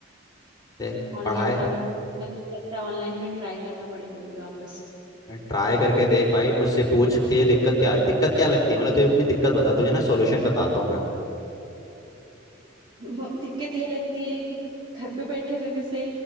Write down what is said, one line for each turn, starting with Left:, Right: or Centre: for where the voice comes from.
Left: देख
Right: Online
Left: पढ़ाए
Right: अभी मेरे को लगता है ऑनलाइन में ट्राई करना पड़ेगा अभी वापस
Left: ट्राई करके देख भाई मुझसे पूछ तुझे दिक्कत क्या दिक्कत क्या लगती है मतलब तुझे अपनी दिक्कत बता तुझे ना सॉल्यूशन बताता हूँ मैं
Right: म- दिक्कत ये लगती है कि घर पे बैठे रहने से